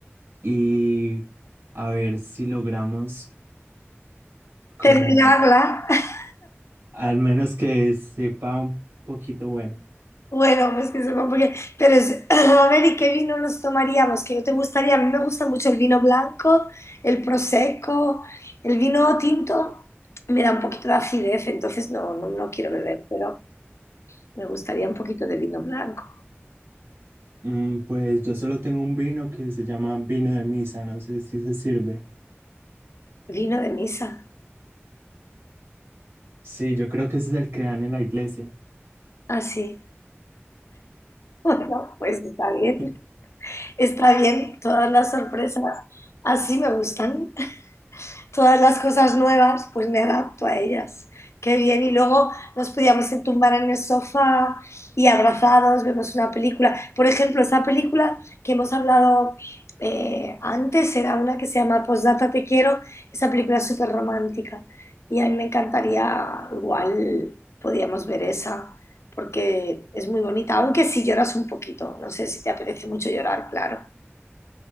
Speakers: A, on the right (about 60°); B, on the left (about 85°).
A: y a ver si logramos como
B: Terminarla. <laughs>
A: al menos que sepa un poquito bueno.
B: Bueno, pues que sepa porque... Pero es... <clears throat> A ver, ¿y qué vino nos tomaríamos? ¿Qué te gustaría? A mí me gusta mucho el vino blanco, el prosecco, el vino tinto. Me da un poquito de acidez, entonces no, no, no quiero beber, pero me gustaría un poquito de vino blanco.
A: Mm, Pues yo solo tengo un vino que se llama vino de misa, no sé si se sirve.
B: Vino de misa.
A: Sí, yo creo que ese es el que dan en la iglesia.
B: así. <laughs> Bueno, pues está bien.
A: <laughs>
B: Está bien. Todas las sorpresas así me gustan. todas las cosas nuevas, pues me adapto a ellas. Qué bien. Y luego nos podíamos tumbar en el sofá y abrazados, vemos una película. Por ejemplo, esa película que hemos hablado eh, antes era una que se llama Postdata Te Quiero. Esa película es súper romántica. Y a mí me encantaría, igual podíamos ver esa, porque es muy bonita. Aunque si lloras un poquito, no sé si te apetece mucho llorar, claro.